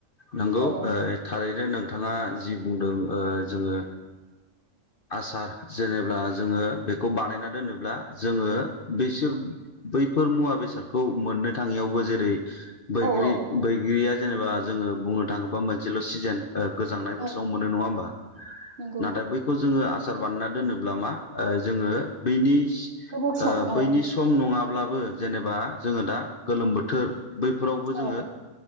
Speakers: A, on the left; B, on the right.
A: नंगौ
B: औ
A: थारै दे नोंथाङा जि बुंदों ओ जोङो आसार जेनेब्ला जोङो बेखौ बानायना दोनोब्ला जोङो बिसोर बैफोर मुवा बेसादखौ मोननो थाङियावबो जे बै बैग्रि
B: औ औ
A: बै गिरिया जेनेबा जोङो बुंनो थाङोबा मोनसेल' सिजोन ओ गोजांनाय बोथोराव
B: औ
A: मोनो नङा होमबा
B: नंगौ
A: नाथाय बैखौ जोङो आ सार बानायना दोनोब्ला मा जोङो बैनि
B: गोबाव सम
A: ओ बैनि
B: औ
A: सम नङाब अब्लाबो जेनेबा जोङो दा गोलोम बोथोर । बैफोरावबो
B: औ
A: जोङो